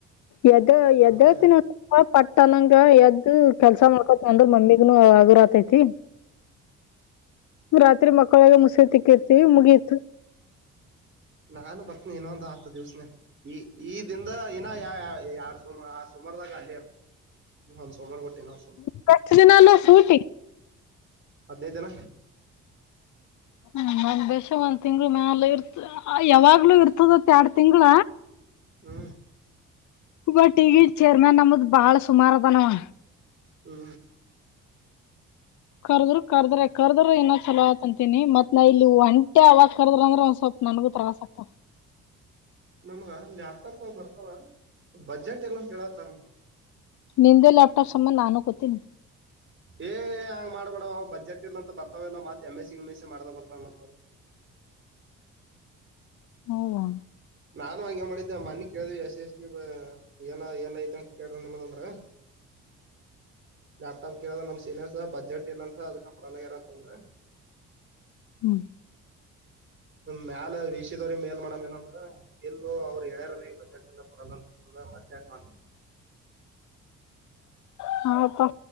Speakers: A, on the left; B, on the right.
A: ಯದ
B: ನೋಡವ
A: ಯದತ್ ನಂತ ಹ ಪಟ್ಟನಂಗ ಎದ್ದ ಕೆಲ್ಸ ಮಾಡ್ಕೋತ್ ಅಂದ್ರ ಮಮ್ಮಿಗ್ನು ಆಗರ ಆತೈತಿ ರಾತ್ರಿ ಮಕಳೊದ ಮುಸೆ ತಿಕ್ಕಿರ್ತಿವಿ ಮುಗಿಯತು
B: ನಾನು ಬರ್ತನಿ ಇನೊ ಒಂದ್ ಹತ್ತು ದಿವ್ಸನೆ ಈ ಈ ದಿಂದ ನ ಯ ಯಾರ್ ಸೋಮ ಆ ಸೋಮಾರದಾಗ ಅಲ್ಲಿ ಇರ್ತ ಒಂದ್ ಸೋಮವಾರ ಕೊಟ್ಟಿನನ ನ್ ಸೋಮಾರ
A: ಫಸ್ಟ್ ದಿನ ಅಲ್ಲ ಸೂಟಿ
B: ಹದಿನೈದ ದಿನ
A: ಹ್ಮ್ ಒಂದ್ ಬಷ ಒಂದ ತಿಂಗಳು ಮ್ಯಾಲ ಇರ್ತ ಯಾವಾಗ್ಲೂ ಇರ್ತದತ್ ಅಂತ ಎರಡ್ ತಿಂಗಳ
B: ಹ್ಮ
A: ಬಟ್ ಈಗಿನ ಚೇರ್ಮ್ಯಾನ್ ನಮ್ದ್ ಬಾಳ ಸುಮಾರ ಅದ ನಾವ
B: ಹ್ಮ
A: ಕರ್ದ್ರರು ಕರ್ದ್ರೆ ಕರ್ದ್ರ ಏನ ಚಲೋ ಆತ ಅಂತೀನಿ ಮತ್ ನಾ ಇಲ್ಲಿ ಒಂಟ ಅವಾಗ ಕರ್ದ್ರ ಅಂದ್ರೆ ಒಂದ್ ಸ್ವಲ್ಪ ನನಗೂ ತ್ರವಾಸ ಆಕ್ಕತಿ
B: ನಮ್ಗ ಲ್ಯಾಪ್ಟಾಪ್ ಬರ್ತವ ಬಜೆಟ್ ಎಲ್ಲ ಕೇಳತಾರ
A: ನಿಂದೆ ಲ್ಯಾಪ್ಟಾಪ್ ಸಂಬಧ ನಾನು ಕೂತಿನಿ
B: ಏ ಹಂಗ ಮಾಡ್ಬ್ಯಡೋ ಬಜೆಟ್ ಇರ್ ಅಂತ ಬರ್ತಾವಲ್ಲ ಮತ್ M S C M S C ಮಾಡದಾಗ ಬರ್ತವ
A: ಹೌದಾ
B: ನಾನು ಹಂಗೆ ಮಾಡಿದ್ದೆ ಮನೆ ಕೇಳ್ದ ಎಸ್ ಎಸ್ಗೆ ಏನ ಏನ್ ಐತಂಗ ಕೇಳ್ರಿ ನಿಮ್ದಂದ್ರ ಲ್ಯಾಪ್ಟಾಪ್ ಕೇಳ ನಮ್ ಸೀನಿಯರ್ಸ್ ಬಜೆಟ್ ಇಲ್ಲಂತ ಅದಕ ಕೂಡಲ್ಯಾಗ್ಯರ್ ಅಂದ್ರ
A: ಹ್ಮ್
B: ಮ್ಯಾಲ ವಿಶಿ ದೋವ್ರರಿ ಮೇಲ್ ಮಾಡಮ್ ಏನಂದ್ರ ಎಲ್ಲೂ ಅವ್ರು ಹೇಳ್ಯಾರ ನೀ ಬಜಾಟ್ ಇಲ್ಲ ಪರಲ್ಲಂತ ಒಮಾತ ಯಾಕ ಮಾಡ್ತ
A: ಹಾ ಅಪ್ಪ